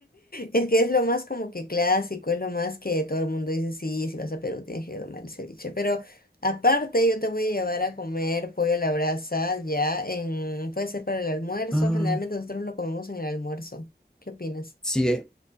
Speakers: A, on the left; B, in the centre.
A: Es que es lo más como que clásico, es lo más que todo el mundo dice, sí, si vas a Perú tienes que tomar el ceviche. Pero aparte yo te voy a llevar a comer pollo a la brasa ya en, puede ser para el almuerzo,
B: Ah,
A: generalmente nosotros lo comemos en el almuerzo. ¿Qué opinas?
B: sí, eh,